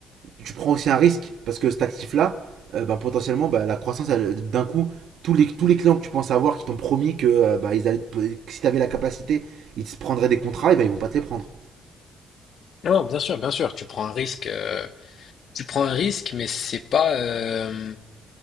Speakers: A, on the right; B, on the left.
A: Tu prends aussi un risque parce que cet actif-là, euh, bah, potentiellement, bah, la croissance, d'un coup, tous les, tous les clients que tu penses avoir qui t'ont promis que, euh, bah, ils allaient que si tu avais la capacité, ils te prendraient des contrats, et bah ils vont pas te les prendre.
B: Non, bien sûr, bien sûr, tu prends un risque, euh, tu prends un risque, mais c'est pas, euh,